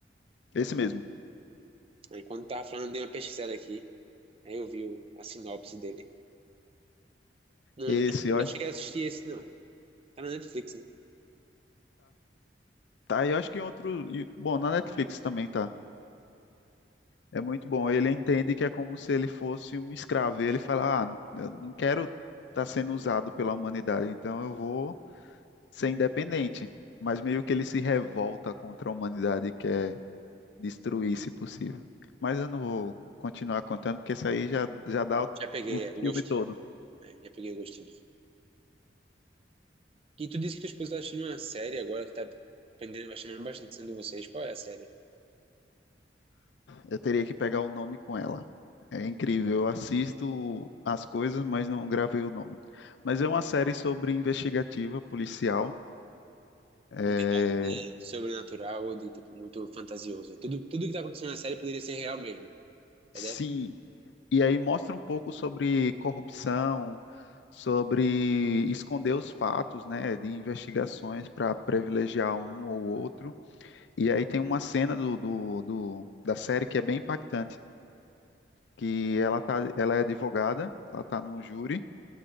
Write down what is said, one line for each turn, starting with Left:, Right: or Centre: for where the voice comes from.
Left: Esse mesmo.
Right: Aí quando tava falando de uma pesquisada aqui, aí eu vi o- a sinopse dele. Não,
Left: Esse,
Right: nunca nunca
Left: eu
Right: cheguei a assistir esse não. Tá na Netflix, né?
Left: Tá, e eu acho que em outro. e- Bom, na Netflix também tá. É muito bom. Ele entende que é como se ele fosse um escravo. E ele fala: Ah, eu não quero estar sendo usado pela humanidade, então eu vou ser independente. Mas meio que ele se revolta contra a humanidade e quer destruir, se possível. Mas eu não vou continuar contando, porque isso aí já, já dá o,
Right: Já peguei
Left: o filme
Right: é, o gostinho.
Left: todo.
Right: É, já peguei o gostinho. E tu disse que tua esposa tá assistindo uma série agora que tá aprendendo vai chamando bastante atenção de vocês. Qual é a série?
Left: Eu teria que pegar o nome com ela. É incrível, eu assisto as coisas, mas não gravei o nome. Mas é uma série sobre investigativa policial. É,
Right: Não tem nada de sobrenatural ou de tipo muito fantasioso. É Tudo, tudo que tá acontecendo na série poderia ser real mesmo. É
Left: Sim,
Right: de
Left: e aí mostra um pouco sobre corrupção, sobre esconder os fatos, né, de investigações para privilegiar um ou outro. E aí tem uma cena do, do, do- da série que é bem impactante, que ela tá, ela é advogada, ela está num júri.